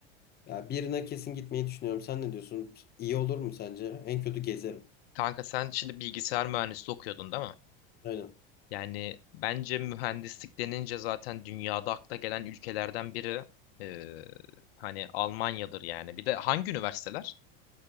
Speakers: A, on the left; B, on the left.
A: Ya birine kesin gitmeyi düşünüyorum. Sen ne diyorsun? İyi olur mu sence? En kötü gezerim.
B: Kanka sen şimdi bilgisayar mühendisliği okuyordun değil mi?
A: Aynen.
B: Yani bence mühendislik denince zaten dünyada akla gelen ülkelerden biri eee, hani Almanya'dır yani. Bir de hangi üniversiteler?